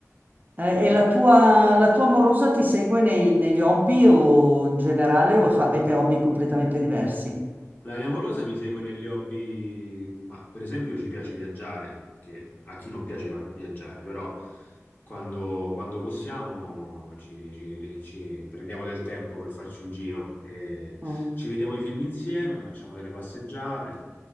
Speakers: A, on the right (about 35°); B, on the left (about 35°).
A: Eh, e la tua, la tua amorosa ti segue nei- negli hobby o in generale o avete hobby completamente diversi?
B: La mia amorosa mi segue negli hobby, ma per esempio ci piace viaggiare, che a chi non piace va- viaggiare, però quando, quando possiamo ci, ci- ci prendiamo del tempo per farci un giro, e
A: Mm.
B: ci vediamo i film insieme, facciamo delle passeggiate.